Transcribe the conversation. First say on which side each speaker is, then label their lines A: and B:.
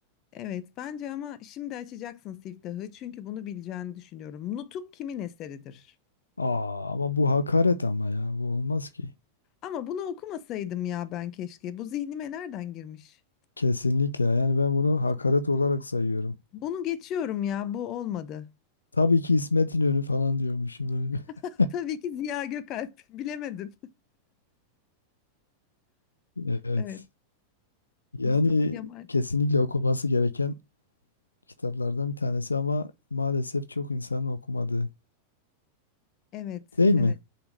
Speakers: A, on the left (about 35°); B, on the left (about 80°).
A: Evet, bence ama şimdi açacaksın siftahı çünkü bunu bileceğini düşünüyorum. Nutuk kimin eseridir?
B: Aa ama bu hakaret ama ya bu olmaz ki.
A: Ama bunu okumasaydım ya ben keşke. Bu zihnime nereden girmiş?
B: Kesinlikle yani ben bunu
A: Bu-
B: hakaret olarak sayıyorum.
A: bunu geçiyorum ya, bu olmadı.
B: Tabii ki İsmet İnönü falan diyormuşum.
A: <laughs>
B: <laughs>
A: Tabii ki Ziya Gökalp. <laughs> Bilemedim.
B: Evet.
A: Evet,
B: Yani
A: Mustafa Kemal.
B: kesinlikle okunması gereken kitaplardan bir tanesi ama maalesef çok insanın okumadığı.
A: Evet,
B: Değil
A: evet,
B: mi?